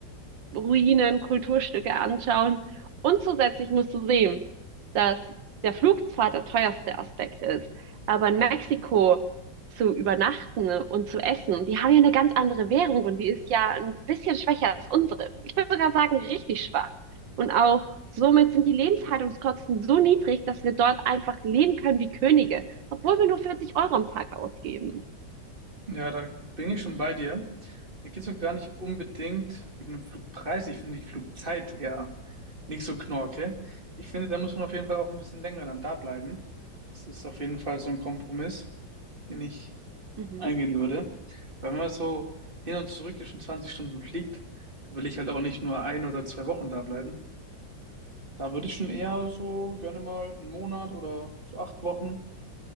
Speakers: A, on the right (about 85°); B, on the right (about 30°).
A: Ruinen, Kulturstücke anschauen. Und zusätzlich musst du sehen, dass der Flug zwar der teuerste Aspekt ist, aber in Mexiko zu übernachten und zu essen, die haben ja eine ganz andere Währung und die ist ja ein bisschen schwächer als unsere. Ich würde sogar sagen, richtig schwach. Und auch somit sind die Lebenshaltungskosten so niedrig, dass wir dort einfach leben können wie Könige, obwohl wir nur 40 Euro am Tag ausgeben.
B: Ja, da bin ich schon bei dir. Mir geht's auch gar nicht unbedingt wegen dem Flugpreis. Ich finde die Flugzeit eher nicht so knorke. Ich finde, da muss man auf jeden Fall auch ein bisschen länger dann da bleiben. Das ist auf jeden Fall so ein Kompromiss, den ich
A: Mhm.
B: eingehen würde. Weil wenn man so hin und zurück ja schon 20 Stunden fliegt, dann will ich halt auch nicht nur ein oder zwei Wochen da bleiben. Da würde ich schon eher so gerne mal einen Monat oder so acht Wochen.